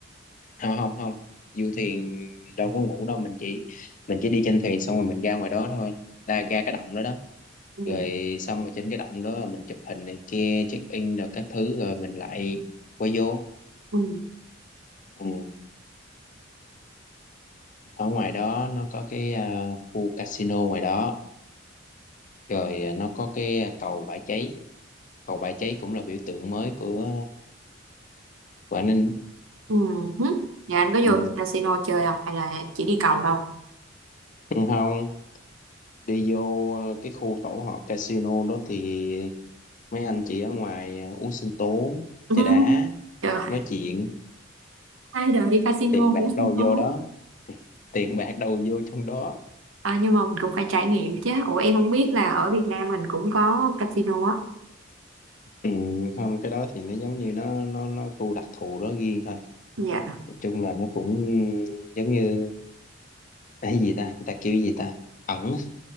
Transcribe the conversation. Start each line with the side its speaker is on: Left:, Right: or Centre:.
Left: không không không du thuyền đâu có ngủ đâu mình chỉ mình chỉ đi trên thuyền xong rồi mình ra ngoài đó thôi ra ra cái động đó đó
Right: ừ.
Left: rồi xong rồi trên cái động đó mình chụp hình này kia check in rồi các thứ rồi mình lại quay vô
Right: Ừ.
Left: ừ. ở ngoài đó nó có cái à, khu casino ngoài đó rồi à, nó có cái à, cầu bãi cháy cầu bãi cháy cũng là biểu tượng mới của Quảng Ninh
Right: Ừ. hứ. Dạ anh có
Left: ừ.
Right: vô casino chơi không hay là chỉ đi cầu thôi
Left: không đi vô à, cái khu tổ hợp casino đó thì mấy anh chị ở ngoài à, uống sinh tố
Right: ừ.
Left: trà
Right: <laughs>
Left: đá
Right: trời
Left: nói chuyện
Right: ai đời đi casino
Left: tiền bạc
Right: cũng
Left: đâu
Right: xin không
Left: vô đó tiền <laughs> bạc đâu vô trong đó
Right: à, nhưng mà mình cũng phải trải nghiệm chứ ủa em không biết là ở Việt Nam mình cũng có casino á
Left: ừ, không cái đó thì nó giống như nó nó nó khu đặc thù đó riêng thôi
Right: Dạ
Left: nói chung là nó cũng giống như <laughs> cái gì ta người ta kêu gì ta ẩn á,